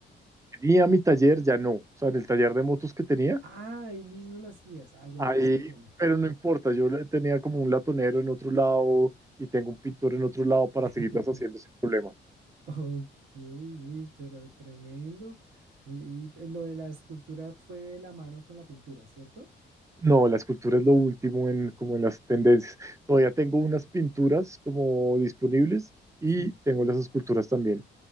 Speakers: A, on the right; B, on the right.
A: tenía mi taller, ya no. O sea, en el taller de motos que tenía,
B: Ah, ahí mismo lo hacías. Ah, ya,
A: ahí,
B: ya te entiendo.
A: pero no importa, yo le- tenía como un latonero en otro lado y tengo un pintor en otro lado para
B: <laughs>
A: seguirlas haciendo sin problema.
B: Ok, uy, pero tremendo. Uy, y lo de la escultura fue de la mano con la pintura, ¿cierto?
A: No, la escultura es lo último en como en las tendencias. Todavía tengo unas pinturas como disponibles y
B: Sí,
A: tengo las esculturas también,